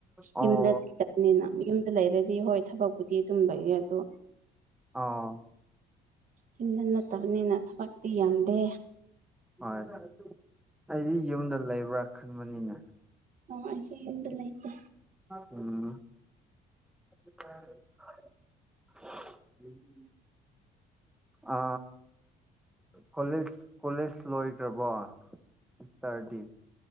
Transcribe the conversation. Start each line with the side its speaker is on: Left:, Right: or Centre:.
Centre: ꯑꯣ
Right: ꯌꯨꯝꯗ ꯂꯩꯇꯕꯅꯤꯅ ꯌꯨꯝꯗ ꯂꯩꯔꯗꯤ ꯍꯣꯏ ꯊꯕꯛꯄꯨꯗꯤ ꯑꯗꯨꯝ ꯂꯩꯑꯦ ꯑꯗꯣ
Centre: ꯑ
Right: ꯌꯨꯝꯗ ꯅꯠꯇꯕꯅꯤꯅ ꯊꯕꯛꯇꯤ ꯌꯥꯝꯗꯦ
Centre: ꯍꯣꯏ ꯑꯩꯗꯤ ꯌꯨꯝꯗ ꯂꯩꯕ꯭ꯔꯥ ꯈꯟꯕꯅꯤꯅꯦ
Right: ꯑꯣ ꯑꯩꯁꯤ ꯌꯨꯝꯗ ꯂꯥꯏꯇꯦ
Centre: ꯎꯝ <unintelligible> ꯑ ꯀꯣꯂꯖ ꯀꯣꯂꯦꯖ ꯂꯣꯏꯒ꯭ꯔꯕꯣ ꯁꯤꯁꯁꯇꯔꯗꯤ